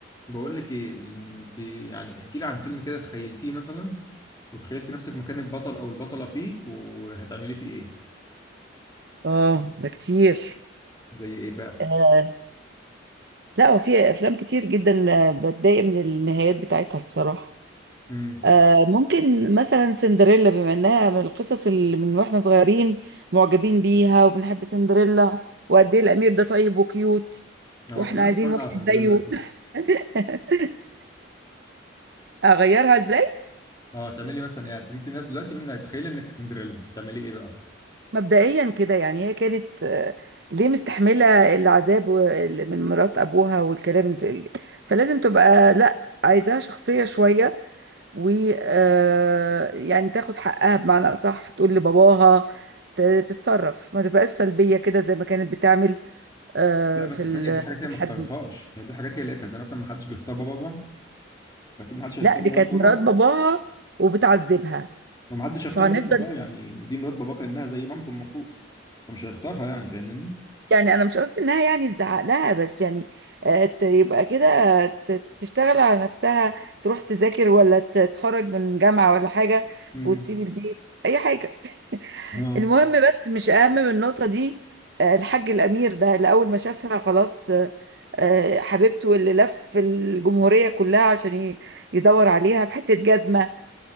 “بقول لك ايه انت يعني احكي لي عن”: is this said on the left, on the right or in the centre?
Left